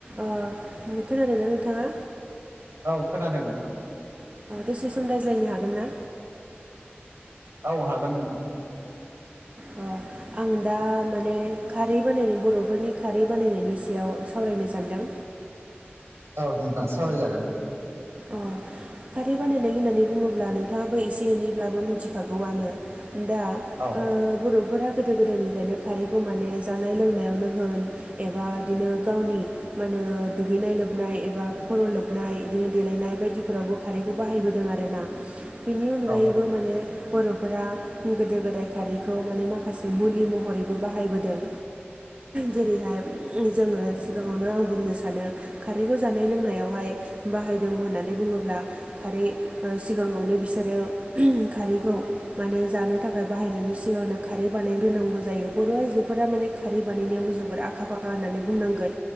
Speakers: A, on the right (about 35°); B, on the right (about 75°).
A: अ खोनादोंना नोंथाङा
B: औ खोनादों नोंथां।
A: दसे सम रायज्लायनो हागोन ना
B: औ हागोन नोंथां।
A: अ आं दा माने खारै बानायनाय बर'फोरनि खारै बानायनायनि सायाव सावरायनो सानदों।
B: औ नोंथां सावराय जागोन।
A: अ खारै बानायनाय होननानै बुङोब्ला नोंथाङाबो एसे एनैब्लाबो मिथिखा गौआनो दा
B: औ
A: बर'फोरा गोदो गोदायनिफ्रायनो खारैखौ माने जानाय लोंनायावनो होन एबा बिदिनो गावनि मा होनो दुगैनाय लोबनाय एबा खर' लोबनाय बिदिनो देलायनाय बायदिफोरावबो खारैखौ बाहायबोदों आरो ना बेनि अनगायैबो
B: औ
A: माने बर'फोरा गोदो-गोदाय खारैखौ माने माखासे मुलि महरैबो बाहायबोदों। जेरैहाय ओम जोङो सिगाङावनो आं बुंनो सानो। खारैखौ जानाय लोंनायावहाय बाहायदों होननानै बुङोब्ला खारै ओ सिगाङावनो बिसोरो ओहोम खारैखौ माने जानो थाखाय बाहायनायनि सिगांनो खारै बानायग्रोनांगौ जायो बर' आइजोफोरा माने खारै बानायनायावनो जोबोद आखा-फाखा होननानै बुंनांगोन।